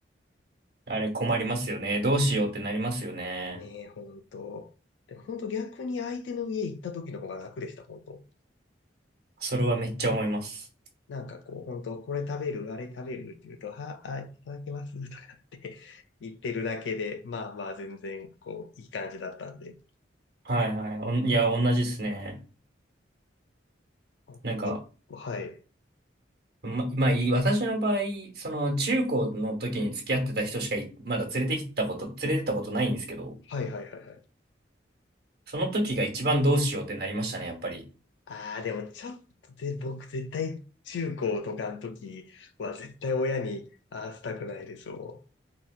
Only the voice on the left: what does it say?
ねえ、本当。でもほ逆に相手の家行った時の方が楽でした、本当。
なんかこう、本当これ食べる、あれ食べるって言うと、は、あ、いただきますとかって <laughs> 言ってるだけで、まあまあ全然、こう、いい感じだったんで。
あ結構、
はい。
はいはいはいはい。
ああ、でもちょっとで、僕絶対中高とかの時は絶対親に合わせたくないですも